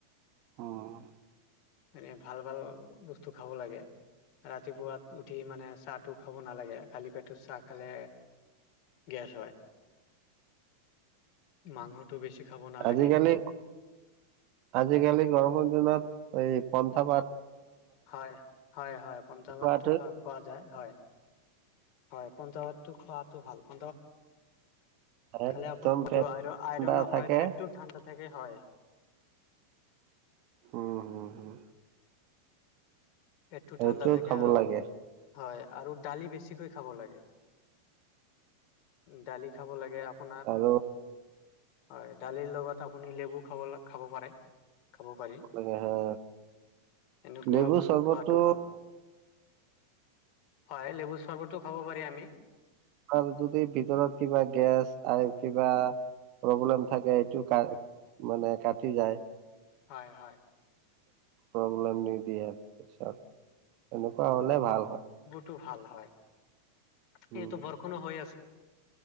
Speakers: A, on the right (about 40°); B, on the left (about 45°).
A: উম
B: <unintelligible> ভাল ভাল বস্তু খাব লাগে। ৰাতিপোৱা উঠি মানে চাহটো খাব নালাগে। খালি পেটত চাহ খালে গেছ হয়। মাংসটো বেছি খাব নালাগে।
A: আজিকালি আজিকালি গৰমৰ দিনত এই পন্থা পা
B: হয়, হয়, হয়। পঞ্চভাতটো
A: খোৱাটো
B: খাওক। খোৱা যায়। হয়, হয়। পঞ্চাভাতটো খোৱাটো ভাল। প
A: একদম
B: খালে আপোনা
A: পেট
B: আইৰ
A: ঠাণ্ডা
B: আইৰনো
A: থাকে
B: হয়, পেটটো ঠাণ্ডা থাকে হয়।
A: উম, হুম, হুম।
B: পেটটো
A: সেইটো
B: ঠাণ্ডা থাকে
A: খাব
B: আৰু
A: লাগে
B: হয় আৰু দালি বেছিকৈ খাব লাগে। দালি খাব লাগে আপোনাৰ। <unintelligible>
A: আৰু
B: হয়, দালিৰ লগত আপুনি লেবু খাবলে খাব পাৰে। খাব পাৰি।
A: লাগে হা
B: এনেকুৱা
A: লেবু
B: বস্তু
A: চৰ্বতটো
B: খোৱাটো ভাল। হয়, লেবু চৰ্বতো খাব পাৰি আমি।
A: আৰু যদি ভিতৰত কিবা গেছ আৰে কিবা প্ৰব্লেম থাকে, এইটো কা মানে কাটি যায়।
B: হয় হয়।
A: প্ৰব্লেম নিদিয়ে পিছত। এনেকুৱা হলে ভাল হয়।
B: টো ভাল হয়। সি--বৰষুণো
A: উম,
B: হৈ আ।